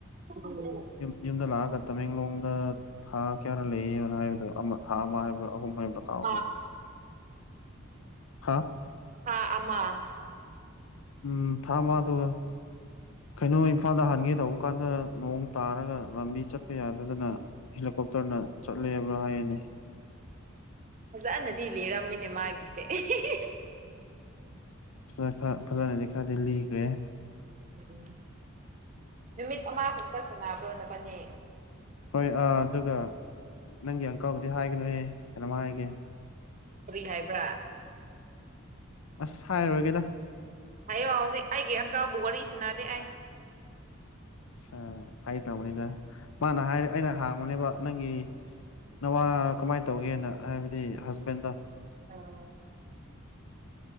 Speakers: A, on the right; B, on the left.
A: <unintelligible> ꯎꯝ
B: ꯌꯨꯝ ꯌꯨꯝꯗ ꯂꯥꯛꯑꯒ ꯇꯃꯦꯡꯂꯣꯡꯗ ꯊꯥ ꯀ꯭ꯌꯥꯥꯔꯥ ꯂꯩꯌꯦꯅ ꯍꯥꯏꯕꯗꯣ ꯑꯃ ꯊꯥ ꯑꯃ ꯍꯥꯏꯕ꯭ꯔꯥ ꯑꯍꯨꯝ ꯍꯥꯏꯕ꯭ꯔꯥ ꯀꯥꯎꯈ꯭ꯔꯦ
A: ꯊꯥ
B: ꯍꯥ
A: ꯊꯥ ꯑꯃ
B: ꯎꯝ ꯊꯥ ꯑꯃ ꯑꯗꯨꯒ ꯀꯩꯅꯣ ꯏꯝꯐꯥꯜꯗ ꯍꯟꯒꯦ ꯇꯧꯕ ꯀꯥꯟꯗ ꯅꯣꯡ ꯇꯥꯔꯒ ꯂꯝꯕꯤ ꯆꯠꯄ ꯌꯥꯗꯗꯅ ꯍꯦꯂꯤꯀꯣꯞꯇꯔꯅ ꯆꯠꯂꯦꯕ꯭ꯔꯥ ꯍꯥꯏꯌꯦꯅꯦ꯫
A: ꯐꯖꯟꯅꯗꯤ ꯂꯤꯔꯝꯃꯤꯅꯦ ꯃꯥꯒꯤꯁꯦ <unintelligible>
B: ꯉꯁꯥꯢ ꯈꯔ ꯐꯖꯅꯗꯤ ꯈꯔꯗꯤ ꯂꯤꯈ꯭ꯔꯦ꯫
A: ꯎꯝ ꯅꯨꯃꯤꯠ ꯑꯃ ꯈꯛꯇ ꯁꯅꯥꯕ꯭ꯔꯣ ꯅꯕꯅꯤ꯫
B: ꯍꯣꯏ ꯑꯥ ꯑꯗꯨꯒ ꯅꯪꯒꯤ ꯑꯪꯀꯜꯕꯨꯗꯤ ꯍꯥꯏꯒꯅꯨꯌꯦ ꯀꯩꯅꯣꯝ ꯍꯥꯏꯒꯦ
A: ꯀꯔꯤ ꯍꯥꯏꯕ꯭ꯔꯥ
B: ꯑꯁ ꯍꯥꯏꯔꯣꯏꯒꯦꯗ
A: ꯍꯥꯏꯌꯣ ꯍꯧꯖꯤꯛ ꯑꯩꯒꯤ ꯑꯪꯀꯜꯕꯨ ꯋꯥꯔꯤ ꯁꯅꯗꯦ ꯑꯩ
B: ꯑꯠꯆꯥ ꯐꯒꯤ ꯇꯧꯕꯅꯤꯗ ꯃꯥꯅ ꯍꯥꯏꯔꯦ ꯑꯩꯅ ꯍꯥꯡꯕꯅꯦꯕ ꯅꯪꯒꯤ ꯅꯋꯥ ꯀꯃꯥꯏ ꯇꯧꯒꯦꯅ ꯍꯥꯏꯕꯗꯤ ꯍꯁꯕꯦꯟꯗꯣ꯫
A: ꯑꯝ